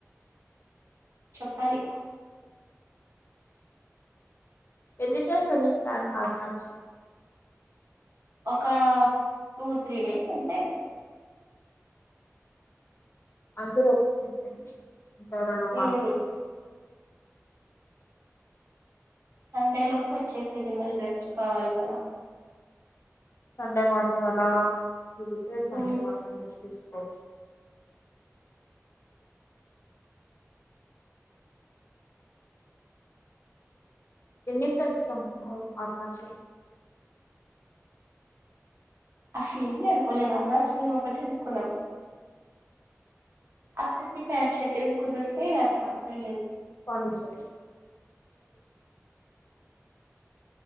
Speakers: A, on the right; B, on the left.
A: చెప్పాలి
B: ఎన్నిటస్ అని ప్లాన్ మార్ణచ
A: ఒక టూ త్రీ డేస్ ఉంటే
B: అందరూ ఒప్పుని ఉంటారు నా
A: హ్మ్.
B: పార్టీ
A: సండేలోపు వచ్చేసేది మళ్ళి రెస్ట్ కావాలి కదా
B: సండే మార్నింగ్ అలా దిగితే సండే
A: హ్మ్.
B: మటం నుంచి తీసుకోచ్చ ఎన్ని ప్లేసెస్ అంటున్నావు అరుణాచల్
A: అసలు ఏమి అనుకోలేదు అరుణాచలం ఒకటే అనుకున్నాం అసకితే టైమ్ షెడ్యూల్ కుదుర్తే అట్ల వెల్లేద్
B: పాండిచర్రి